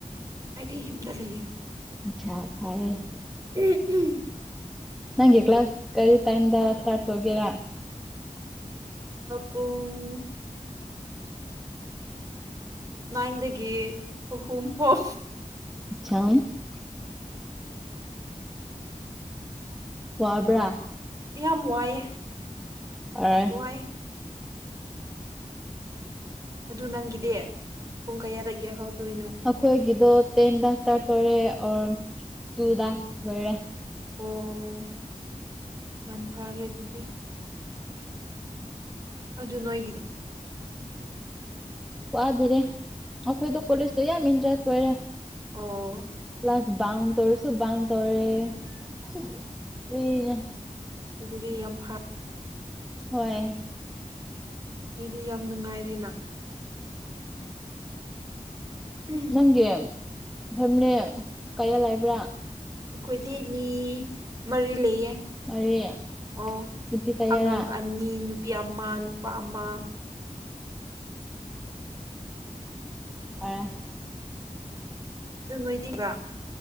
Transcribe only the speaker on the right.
ꯍꯥꯏꯗꯤ ꯌꯨꯝꯗ ꯂꯩꯦ
ꯎꯝ ꯎꯝ
ꯄꯨꯡ ꯅꯥꯏꯟꯗꯒꯤ ꯑꯍꯨꯝꯐꯥꯎ
ꯌꯥꯝ ꯋꯥꯏꯑꯦ
ꯋꯥꯏ ꯑꯗꯨ ꯅꯪꯒꯤꯗꯤ ꯄꯨꯡ ꯀꯌꯥꯗꯒꯤ ꯍꯧꯗꯣꯏꯅꯣ
ꯑꯣ ꯌꯥꯝ ꯐꯔꯦ ꯑꯗꯨꯗꯤ ꯑꯗꯨ ꯅꯣꯏꯒꯤꯗꯤ
ꯑꯣ
ꯑꯗꯨꯗꯤ ꯌꯥꯝ ꯐ
ꯅꯣꯏꯗꯤ ꯌꯥꯝ ꯅꯨꯡꯉꯥꯏꯔꯦꯅ ꯎꯝ
ꯑꯩꯈꯣꯏꯗꯤ ꯃꯤ ꯃꯔꯤ ꯂꯩꯌꯦ
ꯑꯣ
ꯑꯉꯥꯡ ꯑꯅꯤ ꯅꯨꯄꯤ ꯑꯃ ꯅꯨꯄꯥ ꯑꯃ
ꯑꯗꯨ ꯅꯣꯏꯗꯤꯕ